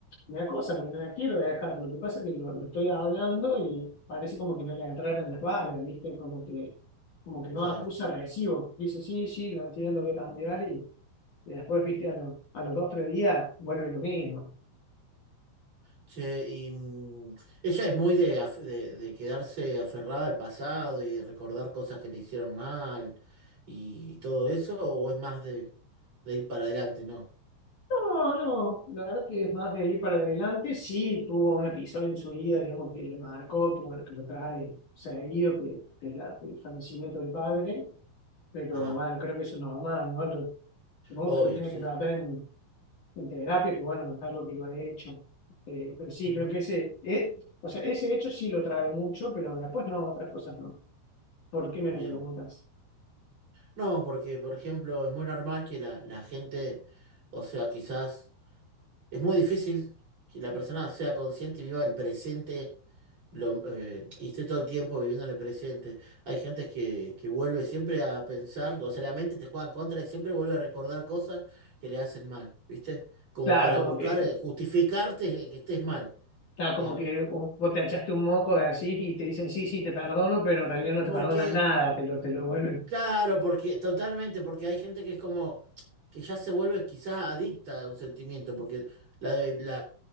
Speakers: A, on the left; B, on the right.
A: me da cosa porque no la quiero dejar. Lo que pasa es que lo, lo estoy hablando y parece como que no le entraron las balas, ¿viste? Como que, como que no
B: claro.
A: acusa recibo. Dice, sí, sí, lo entiendo, lo voy a cambiar. Y, y después, ¿viste? A, lo- a los dos, tres días vuelve lo mismo.
B: Che, y mm, ella es muy de, af- de- de quedarse aferrada al pasado y de recordar cosas que le hicieron mal y todo eso, o es más de, de ir para adelante, ¿no?
A: No, no, la verdad que es más de ahí para adelante. Sí, tuvo un episodio en su vida, digamos, que le marcó, que bueno, que lo trae seguido, que, que la- el fallecimiento del padre, pero
B: Ajá,
A: bueno, creo que eso es normal, ¿no? Lo, supongo
B: obvio,
A: que lo tiene
B: sí.
A: que tratar en, en terapia, que bueno, no es algo que lo ha hecho. Eh, pero sí,
B: Ujú,
A: creo que ese, eh, o sea, ese hecho sí lo trae mucho, pero después no, otras cosas no. ¿Por qué me lo
B: bien.
A: preguntas?
B: No, porque, por ejemplo, es muy normal que la, la gente, o sea, quizás. Es muy difícil que la persona sea consciente y viva el presente lo- eh, y esté todo el tiempo viviendo en el presente. Hay gente que, que vuelve siempre a pensar, o sea, la mente te juega en contra y siempre vuelve a recordar cosas que le hacen mal, ¿viste? Como
A: Claro,
B: para
A: como
B: buscar,
A: que
B: eh, justificarte que estés mal,
A: Claro, como
B: digamos.
A: que uh, vos te echaste un moco de así y te dicen, sí, sí, te perdono, pero en realidad no
B: Porque,
A: te perdonan nada, te lo, te lo vuelven.
B: claro, porque, totalmente, porque hay gente que es como, que ya se vuelve quizás adicta a un sentimiento, porque la